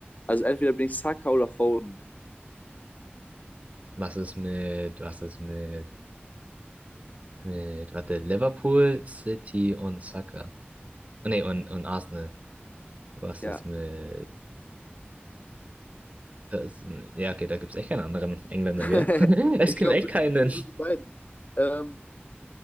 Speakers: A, on the left (about 40°); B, on the right (about 35°).
A: Also entweder bin ich Saka oder Foden.
B: Was ist mit, was ist mit, mit, warte, Liverpool, City und Saka. Nee, und, und Arsenal. Was
A: Ja.
B: ist mit, das, ja, okay, da gibt's echt keinen anderen Engländer,
A: <laughs>
B: gell? <laughs> Es
A: Ich
B: gibt
A: glaube,
B: echt
A: das
B: keinen.
A: sind nur die beiden. Ähm,